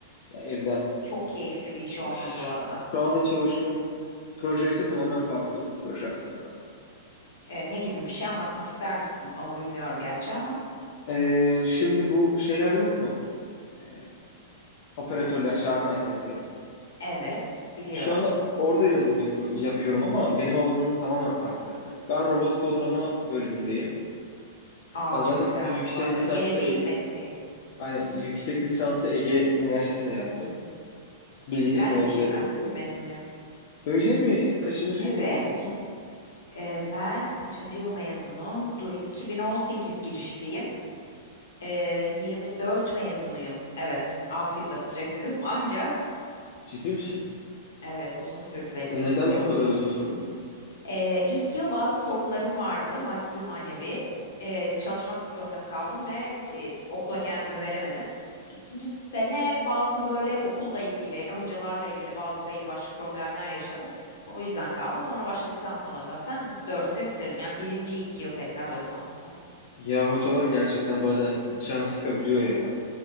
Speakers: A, on the left; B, on the left.
A: Ya evden.
B: Çok keyifli bir iş olmalı
A: Ş-
B: bu arada.
A: Şu anda çalıştığım proje ise tamamen farklı bir proje aslında.
B: E, ne gibi bir şey anlatmak ister misin? Onu bilmiyorum gerçi ama.
A: E, şimdi bu şeyler yok mu? E, operatörler, çağrı merkezleri.
B: Evet, biliyorum.
A: Şu anda orada yazılım yapı- yapıyorum ama benim alanım tamamen farklı. Ben robot kodlama bölümündeyim.
B: Aa,
A: Ben zaten
B: çok güzelmiş
A: yüksek
B: bu arada.
A: lisansı
B: Geleceğin
A: da Ege-
B: mesleği.
A: aynen, yüksek lisansı Ege Üniversitesi'ne yaptım. Bilgi teknolojileri
B: Ben de Ege Üniversitesi
A: diye.
B: mezunuyum.
A: Öyle mi? Kaçıncı
B: Evet,
A: yıl mezunusun?
B: e, ben kaçıncı yıl mezunum? Dur, 2018 girişliyim. Ee, 24 mezunuyum. Evet, 6 yılda bitirebildim <laughs> anca.
A: Ciddi misin?
B: Evet, uzun sürdü benim
A: Neden
B: ilk
A: o
B: yıl.
A: kadar uzun sürdü?
B: Ee, ilk yıl bazı sorunlarım vardı, maddi manevi. Ee, çalışmak zorunda kaldım ve e, okula kendimi veremedim. İkinci sene bazı böyle okulla ilgili, hocalarla ilgili bazı belli başlı problemler yaşadım. O yüzden kaldı. Sonra başladıktan sonra zaten dörtte bitirdim. Yani birinci iki yıl tekrarladım aslında.
A: Ya hocalar gerçekten bazen can sıkabiliyor ya.